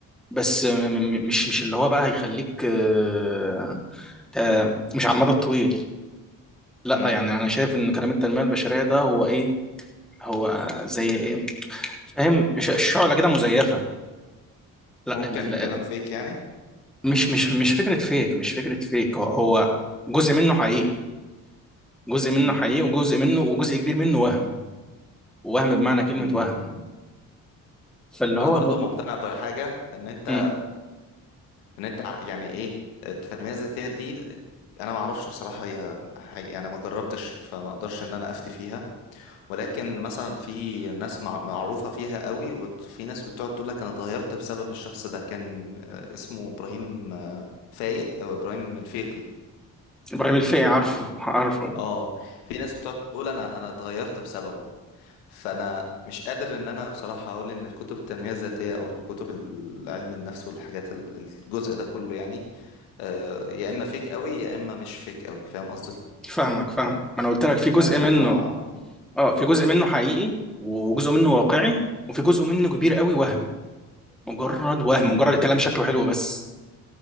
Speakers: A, in the centre; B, on the left (about 85°).
A: بس م- م- مش مش اللي هو بقى هيخليك آه، آه، مش على المدى الطويل لا
B: مم.
A: يعني انا شايف ان كلام التنميه البشريه ده هو ايه هو زي ايه فاهم ش- الشعله كده مزيفه لا
B: ممكن
A: ال- ال-
B: كلام
A: ال-
B: فيك يعني
A: مش مش مش فكرة فيك مش فكرة فيك هو هو جزء منه حقيقي جزء منه
B: مم.
A: حقيقي وجزء منه وجزء كبير منه وهم وهم بمعنى كلمة
B: مم.
A: وهم فاللي هو
B: انا برضو
A: ب...
B: مقتنع بحاجه ان انت
A: مم.
B: ان انت ع- يعني ايه التنميه الذاتيه دي انا ما اعرفش بصراحه هي هي- يعني ما جربتش فما اقدرش ان انا افتي فيها ولكن مثلا في ناس مع- معروفه فيها قوي وفي ناس بتقعد تقول لك انا اتغيرت بسبب الشخص ده كان آه، اسمه ابراهيم آه، فايق او ابراهيم الفيقي
A: إبراهيم الفقي عارفه عارفه
B: اه في ناس بتقعد تقول انا انا اتغيرت بسببه فانا مش قادر ان انا بصراحه اقول ان الكتب التنميه الذاتيه او الكتب علم النفس والحاجات ال- الجزء ده كله يعني آه، يا اما فيك قوي يا اما مش فيك قوي فاهم قصدي
A: فاهمك فاهم ما أنا قلت لك في جزء
B: يعني الموضوع
A: منه اه في جزء منه حقيقي وجزء منه واقعي
B: مم.
A: وفي جزء منه كبير قوي وهم مجرد وهم
B: مم.
A: مجرد الكلام شكله حلو بس